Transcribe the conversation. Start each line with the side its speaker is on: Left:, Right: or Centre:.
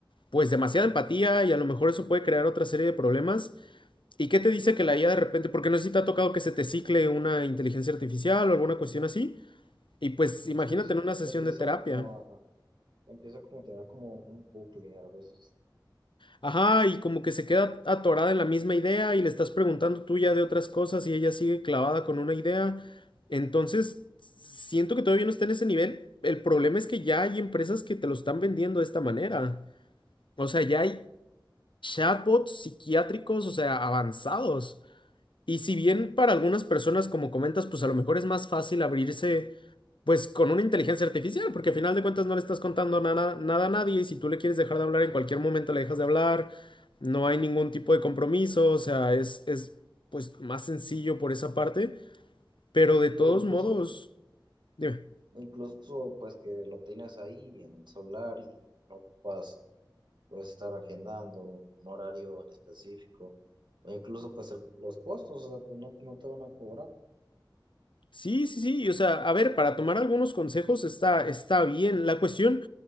Left: pues demasiada empatía y a lo mejor eso puede crear otra serie de problemas. ¿Y qué te dice que la IA de repente, porque no sé si te ha tocado que se te cicle una inteligencia artificial o alguna cuestión así, y pues imagínate
Right: Sí, se
Left: en una sesión
Right: empieza
Left: de terapia.
Right: como a, empieza como a tener como un bucle a veces.
Left: Ajá, y como que se queda atorada en la misma idea y le estás preguntando tú ya de otras cosas y ella sigue clavada con una idea. Entonces, siento que todavía no está en ese nivel. El problema es que ya hay empresas que te lo están vendiendo de esta manera. O sea, ya hay chatbots psiquiátricos, o sea, avanzados. Y si bien para algunas personas, como comentas, pues a lo mejor es más fácil abrirse Pues con una inteligencia artificial, porque al final de cuentas no le estás contando nada, nada a nadie y si tú le quieres dejar de hablar en cualquier momento le dejas de hablar, no hay ningún tipo de compromiso, o sea, es, es pues más sencillo por esa parte, pero de
Right: Sí,
Left: todos
Right: o incluso,
Left: modos, dime.
Right: incluso pues que lo tienes ahí en solar y no ocupas puedes estar agendando un horario en específico, o incluso pues el- los costos, o sea, pues no, no te van a cobrar.
Left: Sí, sí, sí, o sea, a ver, para tomar algunos consejos está, está bien. La cuestión,